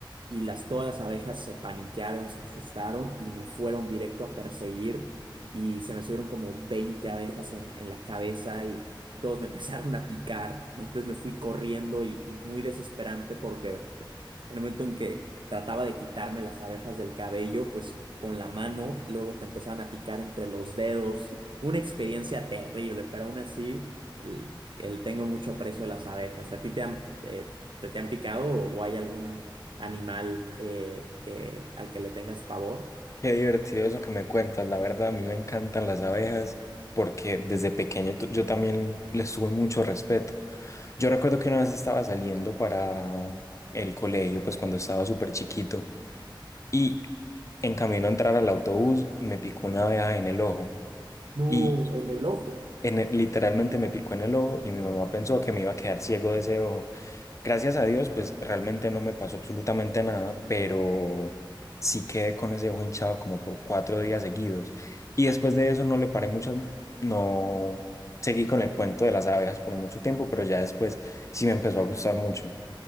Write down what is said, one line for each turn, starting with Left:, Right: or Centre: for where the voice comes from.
Right: y las, todas las abejas se paniquearon, se asustaron y me fueron directo a perseguir y se me subieron como 20 abejas en, en la cabeza y todos me <laughs> empezaron a picar. Entonces me fui corriendo y muy desesperante porque el momento en que trataba de quitarme las abejas del cabello, pues con la mano, luego te empezaban a picar entre los dedos. Una experiencia terrible, pero aún así el, el tengo mucho aprecio a las abejas. ¿A ti te han, eh, te, te han picado o, o hay algún animal eh, que, al que le tengas pavor?
Left: Qué divertido eso que me cuentas, la verdad, a mí me encantan las abejas porque desde pequeño tu- yo también les tuve mucho respeto. Yo recuerdo que una vez estaba saliendo para el colegio, pues cuando estaba súper chiquito, y en camino a entrar al autobús me picó una abeja en el ojo
Right: No,
Left: y
Right: en el ojo.
Left: en el- literalmente me picó en el ojo y mi mamá pensó que me iba a quedar ciego de ese ojo. Gracias a Dios, pues realmente no me pasó absolutamente nada, pero sí quedé con ese ojo hinchado como por cuatro días seguidos. Y después de eso no le paré mucho, no seguí con el cuento de las abejas por mucho tiempo, pero ya después sí me empezó a gustar mucho.